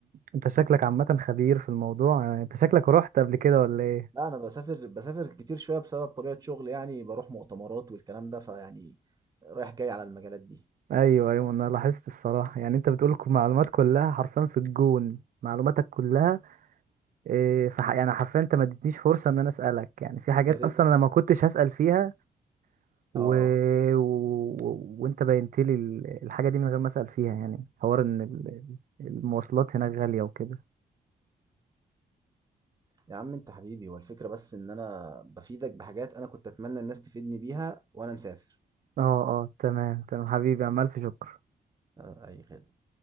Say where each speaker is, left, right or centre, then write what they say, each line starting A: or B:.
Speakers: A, on the right (about 55°); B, on the right (about 25°).
A: انت شكلك عامه خبير في الموضوع يعني انت شكلك رحت قبل كده ولا ايه
B: لا انا بسافر بسافر كتير شويه بسبب طبيعه شغل يعني بروح مؤتمرات والكلام ده فيعني رايح جاي على المجالات دي
A: ايوه ايوه انا لاحظت الصراحه يعني انت بتقول ك- معلومات كلها حرفيا في الجون معلوماتك كلها إيه فح... يعني حرفيا انت ما اديتنيش فرصه ان انا اسالك يعني في حاجات
B: يا ريت
A: اصلا انا ما كنتش هسال فيها و...
B: اه
A: و... وانت بينت لي ال- الحاجه دي من غير ما اسال فيها يعني حوار ان ال- المواصلات هناك غاليه وكده
B: يا عم انت حبيبي هو الفكرة بس ان انا بفيدك بحاجات انا كنت اتمنى الناس تفيدني بيها وانا مسافر
A: اه اه تمام تمام حبيبي عمال في شكر
B: آه، اي خدمة